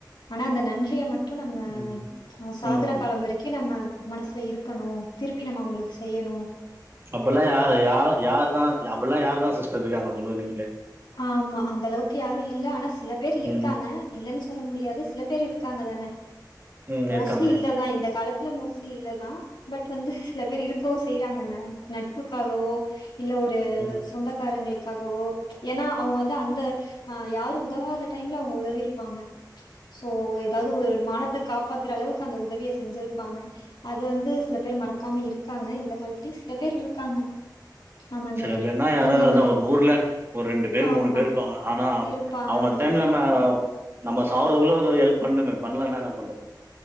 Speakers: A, on the left; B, on the right.
A: ஆனா அந்த நன்றிய மட் மட்டு நம்ம
B: ம்
A: ஆ சாகுர
B: ம்
A: காலம் வரைக்கு நம்ம மனசுல இருக்கணு திருப்பி நம்ம அவுங்களுக்கு செய்யணு
B: அப்பல்லா யா யா யாருதா அப்பல்லா யாருதா சிஸ்டர் இருக்காங்க சொல்லுங்க நீங்களே
A: ஆமா அந்த அளவுக்கு யாரு இல்ல ஆனாஸ் சில பேர் இருக்காங்க
B: ம்
A: இல்லன்ஸ் சொல்ல முடியாது சில பேர் இருக்காங்கதான
B: ம்
A: மோஸ்லி
B: இருக்காங்க
A: இல்லதா இந்த காலத் வீட்ல மோஸ்ட்லி இல்லதா பட் வந்து சில பேர் இருக்கவு செய்யறாங்க நட்புக்காகவோ இல்ல ஒரு
B: ம்
A: சொந்தக்காரங்களுக் காகவோ ம்ச் ஏன்னா அவங்க வந்து அந்த அ யாரு உதவாத டைம்ல அவங்க உதவிருப்பாங்க சோ ஏதாவது ஒரு மானத்த காப்பாத்துற அளவுக்கு அந்த உதவிய செஞ்சிருப்பாங்க அது வந்து சில பேர் மறக்காம இருக்காங்க இந்த காலத்துலயு சில பேர் இருக்காங்க ஆமாந்
B: சிலப்பேர்னா
A: தானே?
B: யாராவது
A: நீங்க என்ன?
B: அதா ஒரு நூருல ஒரு ரெண்டு பேர்
A: ஆமா.
B: மூணு பேர் இருப்பாங்க ஆனா
A: இருப்பாங்க
B: அவங்க
A: அவ்வளதான்.
B: அந்த டைம்ல நம்ம நம்ம சாவுரதுள்ள உதவிகள் பண்ணுவ பண்லனா என்ன பண்றது